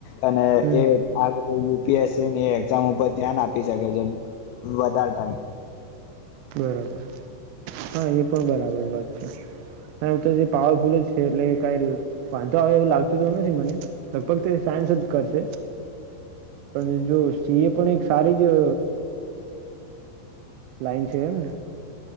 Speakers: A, on the left; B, on the right.
A: અને
B: હમ
A: એ. યુપીએસસી ની એક્ઝામ ઉપર ધ્યાન આપી શકે છે વધારે ટાઈમ.
B: બરાબર હા એ પણ બરાબર વાત છે હ એું તો પાવરફુલ જ છે એટલે કઈ વાંધો આવે એવું લાગતું તો નથી મને લગભગ તો સાયન્સ જ કરશે. પણ જો સિં એ પણ એક. સારી જ. લાઈન છે એને.